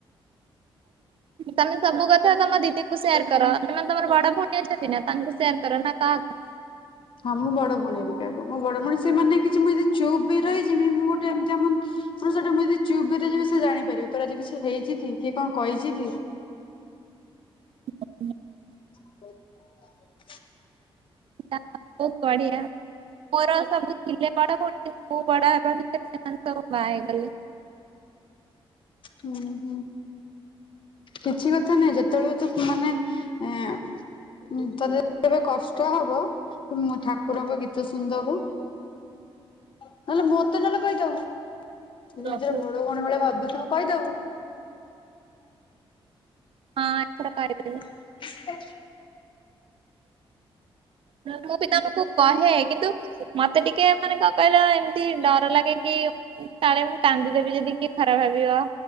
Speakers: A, on the right; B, on the left.
A: ତମେ ସବୁ କଥା ତମ ଦିଦି କୁ ସେୟାର କର କାଇଁ ନା ତମର ବଡ ଭଉଣୀ ଅଛନ୍ତି। ନା ତାଙ୍କୁ ସେୟାର କର ନା କାହାକୁ?
B: ହଁ ମୁଁ ବଡ ଭଉଣୀ ବି କାହାକୁ ମୁଁ ବଡ ଭଉଣୀ ସେମାନେ କିଛି ମୁଁ ଚୁପ୍ ବି ରହିଜିବି ମୁଁ ଗୋଟେ ଏମିତିଆ ମ ହଁ ସେଟା ମୁଁ ଜଦି ଚୁପବି ରହି ଯିବି ସେ ଜାଣିପାରିବ ତୋର ଆଜି କିଛି ହେଇଛି କିଏ କଣ କଇଛି କି?
A: <unintelligible>
B: <inaudible>
A: ଜା ହଉ ବହୁତ୍ ବଢିଆ। ମୋର ସବୁ ଥିଲେ ବଡ ଭଉଣୀ କିନ୍ତୁ ମୁଁ ବଡ ହବା ଭିତରେ ସେମାନେ ସବୁ ବାହା ହେଇଗଲେ।
B: ହୁଁ ହୁଁ। କିଛି କଥା ନାଇଁ ଯେତେବେଳେ ତୁ ମାନେ ଏ ଉଁ ତତେ ଯେତେବେଳେ କଷ୍ଟ ହବ ତୁ ମ ଠାକୁରଙ୍କ ଗୀତ ଶୁଣିଦବୁ। ନହେଲେ ମତେ ନହେଲେ କହିଦବୁ।
A: ହଁ
B: ନିଜର ଭଡ଼ ଭଉଣୀ ଭଳିଆ ଭାବୁଥିବୁ କହିଦବୁ।
A: ହଁ ଏଥର କରିଦେବି।
B: <inaudible>
A: ମୁଁ ବି ତମକୁ କହେ କିନ୍ତୁ ମତେ ଟିକେ ମାନେ କ କହିଲ ଏମିତି ଡର ଲାଗେ କି କାଳେ ମୁଁ କାନ୍ଦିଦେବି ଯଦି କିଏ ଖରାପ ଭାବିବ।